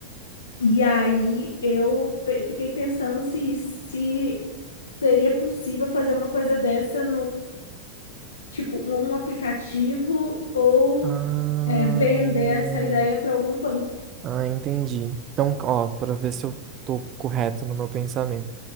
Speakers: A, on the left (about 70°); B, on the right (about 30°).
A: E aí eu pe- fiquei pensando se, isso- se seria possível fazer uma coisa dessa tipo, um aplicativo ou
B: Ah,
A: é, vender essa ideia para algum banco.
B: ah, entendi. Então, ó, para ver se eu tô correto no meu pensamento.